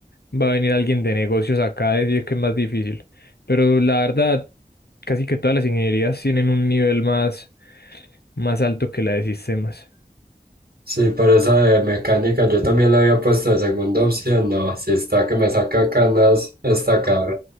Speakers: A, on the left; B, on the right.
A: va a venir alguien de negocios acá a decir que es más difícil. Pero la verdad, casi que todas las ingenierías tienen un nivel más, más alto que la de sistemas.
B: Sí, pero esa de mecánica yo también la había puesto de segunda opción. No, si está que me saca canas esta carrera.